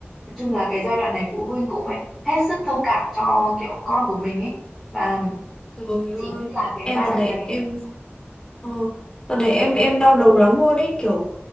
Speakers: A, in the centre; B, on the left.
A: nói chung là cái giai đoạn này phụ huynh cũng phải hết sức thông cảm cho kiểu con của mình ấy và
B: Trời ơi,
A: chị nghĩ là cái
B: em
A: giai
B: dạo
A: đoạn
B: này
A: này
B: em Ờ, đợt này em em đau đầu lắm luôn ấy kiểu